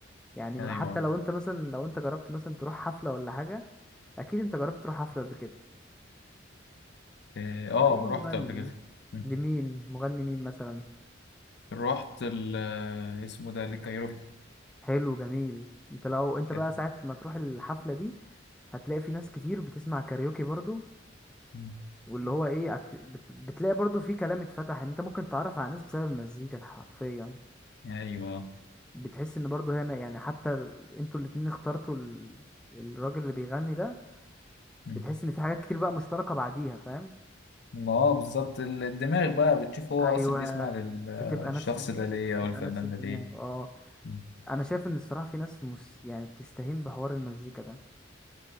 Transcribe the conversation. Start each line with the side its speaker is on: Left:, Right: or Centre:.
Centre: يعني
Left: ايوه
Centre: حتى لو انت مثلا لو انت جربت مثلا تروح حفله ولا حاجه اكيد انت جربت تروح حفله قبل كده
Left: إيه، اه
Centre: اي
Left: رحت
Centre: مغني
Left: قبل كده مم.
Centre: لمين مغني مين مثلا
Left: رحت ال آه، اسمه ده الكايروكي
Centre: حلو جميل انت لو انت
Left: كده
Centre: بقى ساعه ما تروح الحفله دي هتلاقي في ناس كتير بتسمع كاريوكي برضو
Left: مم.
Centre: واللي هو ايه هت- بت- بتلاقي برضو في كلام اتفتح ان انت ممكن تتعرف على ناس بسبب المزيكا حرفيا
Left: ايوه
Centre: بتحس ان برضه هنا يعني حتى ال- انتوا الاتنين اخترتوا ال... الراجل اللي بيغني ده
Left: مم.
Centre: بتحس ان في حاجات كتير بقى مشتركة بعديها فاهم
Left: ما اه بالظبط ال- الدماغ بقى بتشوف هو
Centre: ايوه
Left: اصلا بيسمع للشخص
Centre: بتبقى نفس
Left: ده ليه او
Centre: بتبقى
Left: الفنان
Centre: نفس الدماغ
Left: ده ليه
Centre: اه
Left: مم.
Centre: انا شايف ان الصراحة في ناس مس... يعني بتستهين بحوار المزيكا ده